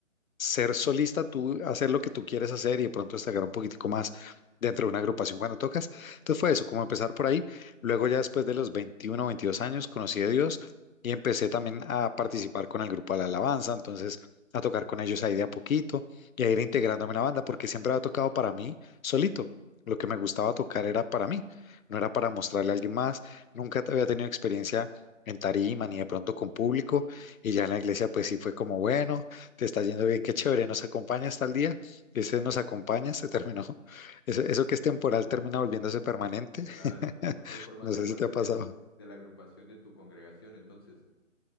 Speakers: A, on the left (about 80°); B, on the left (about 20°).
A: ser solista, tú hacer lo que tú quieres hacer y de pronto destacar un poquitico más dentro de una agrupación cuando tocas. Entonces fue eso, como empezar por ahí. Luego ya después de los 21 o 22 años conocí a Dios y empecé también a participar con el grupo de la alabanza, entonces a tocar con ellos ahí de a poquito y a ir integrándome en la banda porque siempre había tocado para mí solito. Lo que me
B: Ok.
A: gustaba tocar era para
B: sí.
A: mí, no era para mostrarle a alguien más. Nunca había tenido experiencia en tarima ni de pronto con público y ya en la iglesia pues sí fue como bueno te está yendo bien, qué chévere, nos acompaña hasta el día, ese nos acompaña, se terminó. <laughs> Eso, eso que es temporal termina volviéndose permanente.
B: Claro,
A: <laughs>
B: sí. O sea, hay formas
A: No
B: ya
A: sé
B: parte
A: si te ha pasado.
B: del, de la agrupación de tu congregación, entonces.